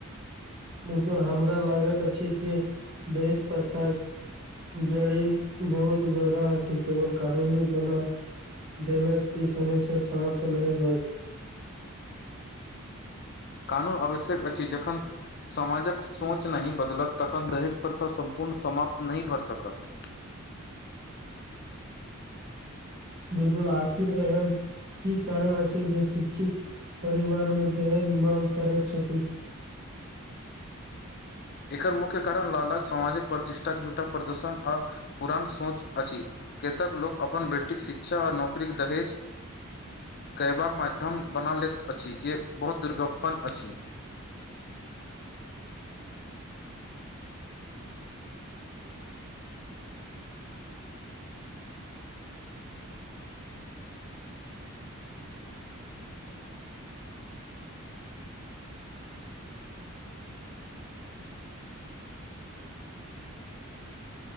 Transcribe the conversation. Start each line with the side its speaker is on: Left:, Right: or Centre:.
Right: बिलकुल हमरा लागैत अछि जे दहेज पर्था जड़ी बहुत गहरा अछि केवल कनूनी बना देने ई समय से समाप्त नहि होयत
Left: कानून आवश्यक अछि जखन समाजक सोच नहि बदलत तखन दहेज पर्था सम्पूर्ण समाप्त नहि भऽ सकत
Right: बिलकुल आखिर एहन की कारण अछि जे शिक्षिक परिवार मे दहेज मांग करैत छथिन
Left: एकर मुख्य कारण लाला सामाजिक प्रतिष्ठाके झूठटा प्रदर्शन आ पुरान सोच अछि केतक लोक अपन बेटीक शिक्षा आ नौकरीक दहेज कहयबाक माध्यम बना लैत अछि जे बहुत दुर्घपन्न अछि